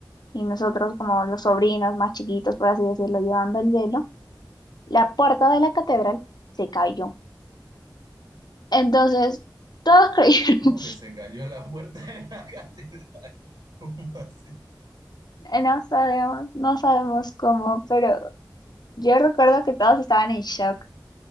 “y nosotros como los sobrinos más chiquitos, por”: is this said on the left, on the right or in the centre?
Left